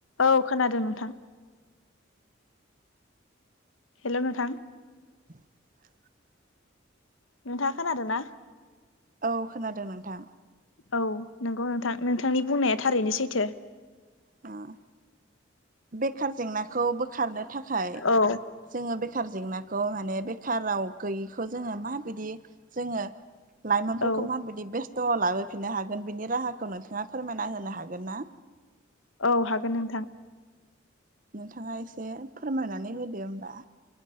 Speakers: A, on the left (about 85°); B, on the right (about 45°).
A: औ खोनादों नोंथां हेलौ नोंथां
B: <inaudible>
A: नोंथाङा खोनादों ना
B: औ खोनादों नोंथा।
A: औ नंगौ नोंथां नोंथांनि बुंनाया थारैनो सैथो।
B: ओम बेखार जेंनाखौ बोखारनो थाखाय
A: औ
B: जोङो बेखार जेंनाखौ खौ माने बेखाराव गैयैखौ जोङो माबायदि जोङो लाइमोनफोरखौ
A: औ
B: माबायदि बेस्थ' लाबोफिननो हागोन बिनि राहाखौ नोंथाङा फोरमायना होनो हागोन ना?
A: औ हागोन नोंथां
B: नोंथाङा एसे फोरमायनानै होदो होमबा